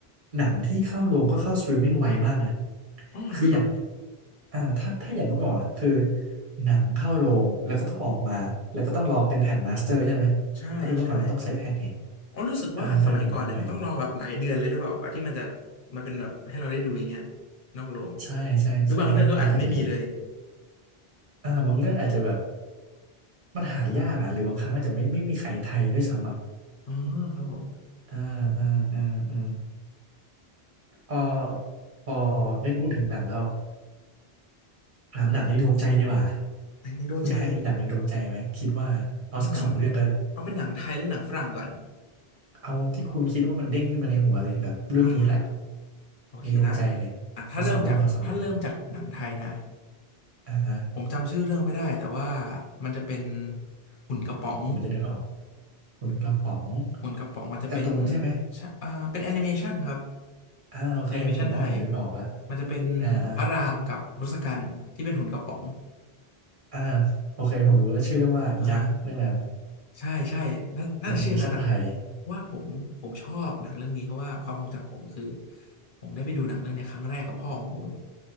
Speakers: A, on the right; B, on the left.
A: หนังที่เข้าโรงก็เข้าสตรีมมิ่งไวมากนะ
B: อ๋อเหรอครับ
A: คืออย่างอ่าถ้าถ้าอย่างเมื่อก่อนอะคือหนังเข้าโรงแล้วก็ต้องออกมาแล้วก็ต้องรอเป็นแผ่นมาสเตอร์ใช่ไหม
B: ใช่ใช่
A: ถ้าเป็นเมื่อก่อนเราต้องใช้แผ่นไง
B: อ๋อรู้สึกว่าสมัยก่อนเนี่ยมันต้องรอแบบหลายเดือนเลยหรือเปล่ากว่าที่มันจะ
A: อ่าเดี๋ยวเดี๋ยวนี้ไว
B: มาเป็นแบบให้เราได้ดูอย่างเงี้ยนอกโรง
A: ใช่ใช่ใช่ค่อนข้างหลายเดือนเลย
B: หรือบางเรื่องก็อาจจะไม่มีเลย
A: อ่าบางเรื่องอาจจะแบบมันหายากอ่ะหรือบางครั้งอาจจะไม่ไม่มีใครไทยด้วยซ้ำอ่ะ
B: อ๋อครับผม
A: อ่าอ่าอ่าอ่าเอ่อพอได้พูดถึงหนังแล้ว ถามหนังในดวงใจดีกว่า
B: หนังในดวงใจ
A: คุณแทนมีหนังในดวงใจไหมคิดว่าเอาสักสองเรื่องก็ได้
B: เอาเป็นหนังเอาเป็นหนังไทยหรือหนังฝรั่งก่อน
A: เอาที่คุณคิดว่ามันเด้งขึ้นมาในหัวเลยแบบเรื่องนี้แหละ
B: เอาเหรอโอเคนะ
A: ในดวงใจเลยขอสองเรื่องขอสองเรื่อง
B: อ่ะถ้าเริ่มจากถ้าเริ่มจากหนังไทยนะ
A: อ่าฮะ
B: ผมจำชื่อเรื่องไม่ได้แต่ว่ามันจะเป็นหุ่นกระป๋อง
A: ผมจะนึกออกคุณกระป๋อง
B: หุ่นกระป๋องมันจะเป็น
A: การ์ตูนใช่ไหม
B: ชะอ่าเป็นแอนิเมชันครับ
A: อ่าโอเคผมว่าผมนึกออกแล้ว
B: แอนิเมชันไทยมันจะเป็น
A: อ่าอ่า
B: พระรามกับทศกัณฐ์ที่เป็นหุ่นกระป๋อง
A: อ่าโอเคผมรู้แล้วชื่อเรื่องว่ายักษ์เรื่องนั้น
B: อ่าใช่ใช่น่าน่าชื่อนั้นนะ
A: เป็นแอนิเมชันไทย
B: ว่าผมผมชอบหนังเรื่องนี้เพราะว่าความทรงจำของผมคือผมได้ไปดูหนังเรื่องเนี้ยครั้งแรกกับพ่อของผม